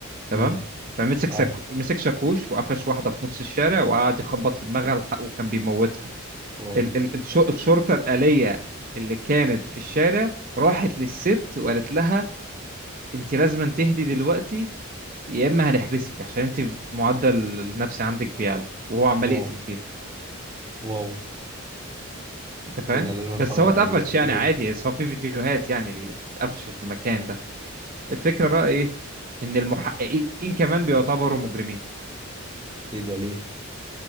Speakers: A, on the right; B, on the right.
A: تمام
B: امم
A: فمسك
B: اه
A: سك... مسك شاكوش وقفش واحده في نص الشارع وقعد يخبط في دماغها لحق- وكان بيموتها
B: واو
A: ال- ال- الش- الشرطة الآلية اللي كانت في الشارع راحت للست وقالت لها انت لازم تهدي دلوقتي يا اما هنحبسك عشان انت معدل النفسي عندك بيعلى وهو عمال
B: واو
A: يقتل فيها
B: واو
A: انت فاهم
B: ايه ده لازم اتفرج
A: بس هو
B: على
A: اتقفش
B: الانمي ده
A: يعني
B: لازم
A: عادي بس هو في فيديوهات يعني اتقفش في المكان ده الفكرة بقى ايه ان المحققين كمان بيعتبروا مجرمين
B: ايه ده ليه